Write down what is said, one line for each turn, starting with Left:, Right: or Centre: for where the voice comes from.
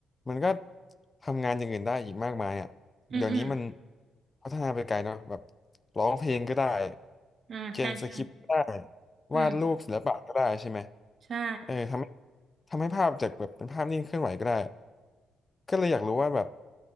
Left: มันก็ทำงานอย่างอื่นได้อีกมากมายอ่ะเดี๋ยวนี้มัน
Right: อืมอืม
Left: พัฒนาไปไกลเนาะแบบร้องเพลงก็ได้
Right: อ่าใช่ใช่
Left: เขียนสคริปต์ก็ได้
Right: อืม
Left: วาดรูปศิลปะก็ได้ใช่ไหม
Right: ใช่
Left: เออทำให้ทำให้ภาพจากแบบเป็นภาพนิ่งเคลื่อนไหวก็ได้ก็เลยอยากรู้ว่าแบบ